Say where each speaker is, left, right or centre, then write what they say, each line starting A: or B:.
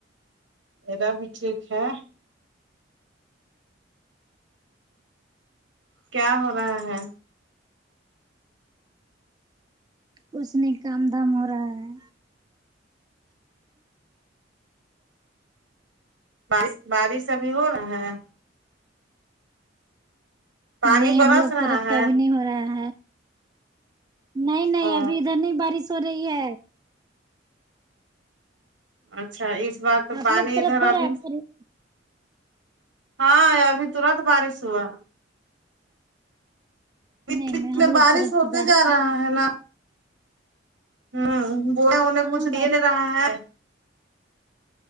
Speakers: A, on the right; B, on the right.
A: میرا بھی ٹھیک ہے کیا ہو رہا ہے
B: کچھ نہیں کام دھام ہو رہا ہے
A: بش بارش ابھی ہو رہا ہے پانی
B: نہیں
A: برس
B: ہم لوگ
A: رہا
B: طرف
A: ہے
B: تو ابھی نہیں ہو رہا ہے نہیں نہیں
A: او
B: ابھی ادھر نہیں بارش ہو رہی ہے
A: اچھا اس بار تو
B: آپ
A: پانی
B: لوگ طرف
A: ادھر
B: ہو
A: ابھی
B: رہا ہے بارش
A: ہاں آیا ابھی ترنت بارش ہوا
B: نہیں
A: کتنا
B: میں ہم لوگ
A: بارش
B: طرف
A: ہوتے
B: تو بارش
A: جا رہا ہے نا ہوں وہ ہے انہیں
B: ہاں
A: کچھ دے
B: بارش
A: نہیں رہا ہے